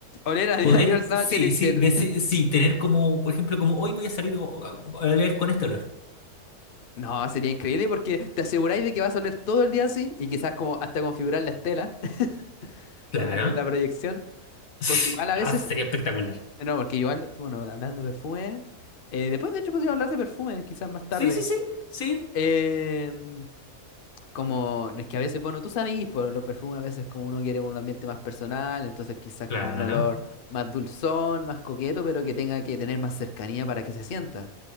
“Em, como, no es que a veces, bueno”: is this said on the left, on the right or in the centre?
Left